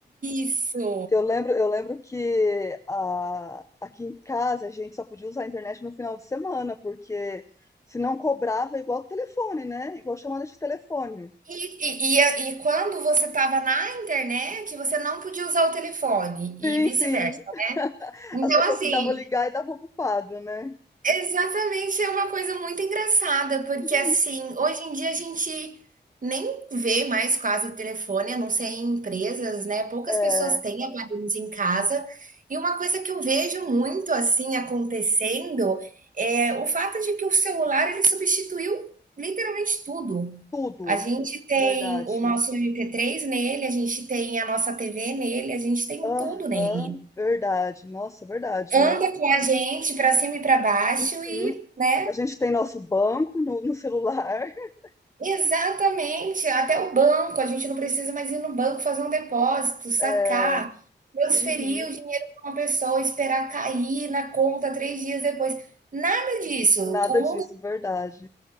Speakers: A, on the right; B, on the left.
A: Isso.
B: Eu lembro, eu lembro que a- aqui em casa a gente só podia usar a internet no final de semana, porque se não cobrava é igual telefone, né? Igual chamada de telefone.
A: E, e, e, e quando você estava na internet, você não podia usar o telefone e
B: Sim,
A: vice-versa.
B: sim.
A: Então,
B: As pessoas
A: assim,
B: tentavam ligar e estavam ocupado, né?
A: Exatamente, é uma coisa muito engraçada,
B: <laughs>
A: porque assim, hoje em dia a gente nem vê mais quase telefone, a não ser em empresas, né? Poucas
B: É,
A: pessoas têm aparelhos em casa. E uma coisa que eu vejo muito assim acontecendo é o fato de que o celular ele substituiu literalmente tudo.
B: tudo,
A: A gente tem
B: verdade.
A: o nosso mp três nele, a gente tem a nossa TV nele, a gente tem
B: Aham,
A: tudo nele.
B: verdade. Nossa, verdade, né?
A: Anda com a gente para cima e para baixo
B: Uhum.
A: e, né?
B: A gente tem nosso banco no, no celular. <laughs>
A: Exatamente, até o banco, a gente não precisa mais ir no banco fazer um depósito, sacar,
B: É,
A: transferir
B: uhum,
A: o dinheiro para uma pessoa, esperar cair na conta 3 dias depois. Nada disso.
B: nada
A: O
B: disso,
A: mundo
B: verdade.